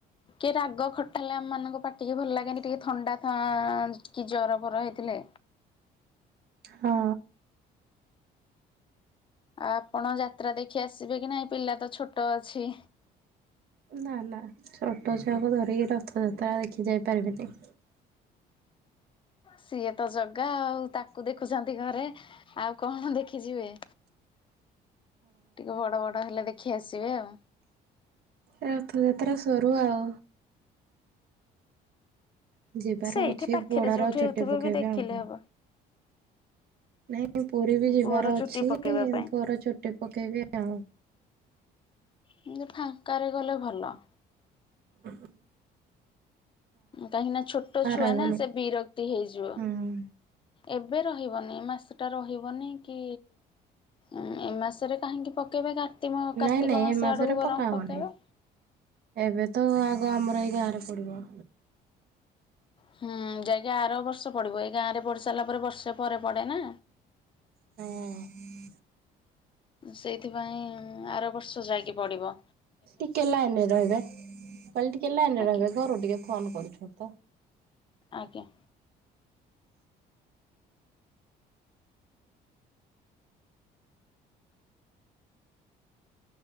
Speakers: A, on the left; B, on the right.
A: କି ରାଗ ଖଟା ହେଲେ ଆମ ମାନଙ୍କ ପାଟିକି ଭଲ ଲାଗେନି ଟିକେ ଥଣ୍ଡା ଥାଆ କି ଜର ଫର ହେଇଥିଲେ।
B: ହଁ।
A: ଆଁ ଆପଣ ଯାତ୍ରା ଦେଖି ଆସିବେ କି ନାହିଁ ପିଲା ତ ଛୋଟ ଅଛି।
B: ନା ନା ଛୋଟ ଛୁଆକୁ ଧରିକି ରଥଯାତ୍ରା ଦେଖି ଯାଇ ପାରିବିନି।
A: ସିଏ ତ ଜଗା ଆଉ ତାକୁ ଦେଖୁଛନ୍ତି ଘରେ ଆଉ କଣ ଦେଖିଯିବେ?
B: <unintelligible>
A: ଟିକେ ବଡ଼ ବଡ଼ ହେଲେ ଦେଖି ଆସିବେ ଆଉ?
B: ରଥଯାତ୍ରା ସରୁ ଆଉ ଯିବାର
A: ସେଇଠି
B: ଅଛି
A: ପାଖରେ
B: ପୁଅଟାର
A: ଯୋଉଠି
B: ଚୁଟି
A: ହେଉଥିବ
B: ପକେଇବବା
A: ବି ଦେଖିଲେ
B: ଆଉ
A: ହବ
B: ନାଇଁ ପୁରୀ ବି ଯିବାର
A: ପୁଅର ଚୁଟି
B: ଅଛି
A: ପକେଇବା ପାଇଁ।
B: ପୁଅର ଚୁଟି ପକେଇବି ଆଉ
A: କିନ୍ତୁ ଫାଙ୍କାରେ ଗଲେ ଭଲ।
B: ହୁଁ ହୁଁ
A: କାହିଁକି ନା ଛୋଟ ଛୁଆ
B: ରହିବନି
A: ନା ସେ ବିରକ୍ତି ହେଇଯିବ।
B: ହୁଁ।
A: ଏବେ ରହିବନି ମାସେଟା ରହିବନି କି? ଉଁ ଏ ମାସରେ କାହିଁକି ପକେଇବେ କାର୍ତ୍ତିମ କାର୍ତ୍ତିକ
B: ନାଇଁ ନାଇଁ
A: ମାସ
B: ଏ ମାସରେ
A: ଆଡକୁ
B: ପକା
A: ବରଂ
B: ହବନି
A: ପକେଇବେ।
B: ଏବେ ତ ଆଗ ଆମର ଏଇ ଗାଁରେ ପଡିବ।
A: ହୁଁ ଯାଇକି ଆର ବର୍ଷ ପଡିବ ଏଇ ଗାଁ ରେ ପଢି ସାରିଲା ପରେ ବର୍ଷେ ପରେ ପଡେ ନା।
B: ହୁଁ।
A: ସେଇଥିପାଇଁ ଆର ବର୍ଷ ଯାଇକି ପଡ଼ିବ।
B: ଟିକେ ଲାଇନରେ ରହିବେ କହିଲି ଟିକେ ଲାଇନରେ
A: ଆଜ୍ଞା
B: ରହିବେ ଘରୁ ଟିକେ ଫୋନ କରୁଛନ୍ତି ତ।
A: ଆଜ୍ଞା।